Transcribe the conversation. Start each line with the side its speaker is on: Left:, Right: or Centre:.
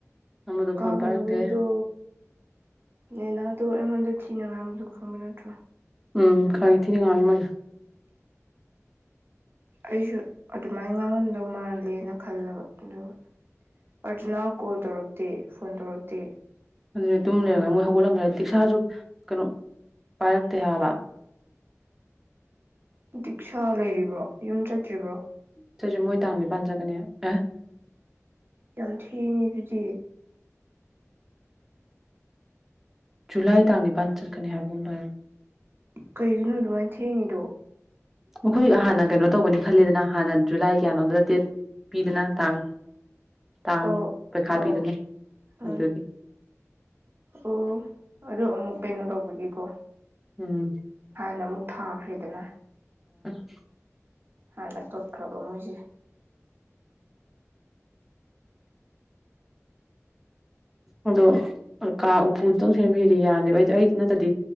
Centre: ꯑꯃꯗꯣ
Right: ꯀꯥꯣꯕꯗ
Centre: ꯐꯣꯟ ꯄꯥꯏꯔꯛꯇꯦ
Right: ꯅꯅꯥ ꯑꯗꯣ ꯑꯩꯉꯣꯟꯗ ꯊꯤꯅ ꯉꯥꯡꯕꯗꯣ ꯈꯪꯕ ꯅꯠꯇ꯭ꯔꯣ
Centre: ꯎꯝ ꯈꯩ ꯊꯤꯗꯤ ꯈ ꯃꯔ
Right: ꯑꯩꯁꯨ ꯑꯗꯨꯃꯥꯏꯅ ꯉꯥꯡꯂꯝꯝꯗꯧ ꯃꯥꯜꯂꯦꯅ ꯈꯜꯂꯦꯕ ꯑꯗꯨꯒ ꯑꯔꯖꯨꯅꯥ ꯀꯣꯜ ꯇꯧꯔꯛꯇꯦ ꯐꯣꯟ ꯇꯧꯔꯛꯇꯦ
Centre: ꯑꯗꯨꯅꯤ ꯇꯨꯝ ꯂꯩꯔꯝꯒ ꯃꯣꯏ ꯍꯧꯒꯠꯂꯂꯝꯈ꯭ꯔꯦ ꯗꯤꯛꯁꯥꯁꯨ ꯀꯩꯅꯣ ꯄꯥꯏꯔꯛꯇꯦ ꯍꯥꯏꯕ
Right: ꯗꯤꯛꯁꯥ ꯂꯩꯔꯤꯕ꯭ꯔꯣ ꯌꯨꯝ ꯆꯠꯇ꯭ꯔꯤꯕ꯭ꯔꯣ
Centre: ꯆꯠꯁꯦ ꯃꯣꯏ ꯇꯥꯡꯗꯤ ꯄꯥꯟꯖꯒꯅꯤ ꯑꯦ
Right: ꯌꯥꯝ ꯊꯤꯅꯦ ꯑꯗꯨꯗꯤ
Centre: ꯖꯨꯂꯥꯏ ꯇꯥꯡꯅꯤꯄꯥꯟ ꯆꯠꯀꯅꯤ ꯍꯥꯏꯕꯗ
Right: ꯀꯩꯒꯤꯅꯣ ꯑꯗꯨꯃꯥꯏꯅ ꯊꯦꯡꯉꯤꯗꯣ
Centre: ꯑꯩꯈꯣꯏ ꯍꯥꯟꯅ ꯀꯩꯅꯣ ꯇꯧꯒꯅꯤ ꯈꯜꯂꯤꯗꯅ ꯍꯥꯟꯅ ꯖꯨꯂꯥꯏ ꯀꯌꯥꯅꯣꯗꯨꯗ ꯗꯦꯠ ꯄꯤꯗꯅ ꯇꯥꯡ ꯇꯥꯡ
Right: ꯑꯣ
Centre: ꯄꯩꯈꯥ
Right: ꯑꯣ
Centre: ꯄꯤꯗꯅ
Right: ꯎꯝ
Centre: ꯑꯗꯨꯒꯤ
Right: ꯑꯣ ꯑꯗꯨ ꯑꯃꯨꯛ ꯀꯩꯅꯣ ꯇꯧꯕꯒꯤꯀꯣ
Centre: ꯎꯝ
Right: ꯍꯥꯟꯅ ꯑꯃꯨꯛ ꯊꯥꯈ꯭ꯔꯦꯗꯅ
Centre: <inaudible>
Right: ꯍꯥꯟꯅ ꯀꯛꯈ꯭ꯔꯕ ꯃꯣꯏꯁꯦ
Centre: ꯑꯗꯣ ꯀꯥ ꯎꯄꯨꯗꯨꯗꯪ ꯁꯦꯝꯕꯤꯔ ꯌꯥꯅꯦꯕ ꯑꯩꯗꯤ ꯑꯩꯗꯨ ꯅꯠꯇꯗꯤ